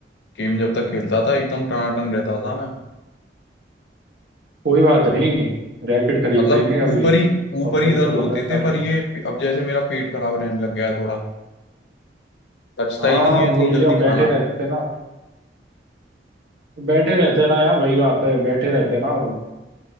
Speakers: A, on the left (about 75°); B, on the right (about 60°).
A: गेम जब तक खेलता था एकदम टनाटन रहता था मैं
B: कोई बात नहीं रैकेट खरीद
A: मतलब
B: लेंगे अभी
A: ऊपर ही ऊपर
B: और फिर
A: ही दर्द
B: दोबारा
A: होते
B: स्टार्ट
A: थे पर
B: कर
A: ये अब जैसे मेरा पेट खराब रहने लग गया है थोड़ा पचता
B: हाँ
A: ही नहीं है इतनी
B: वो ये
A: जल्दी
B: अब बैठे
A: खाना
B: रहते हैं ना बैठे रहते हैं ना यार वही बात है बैठे रहते हैं ना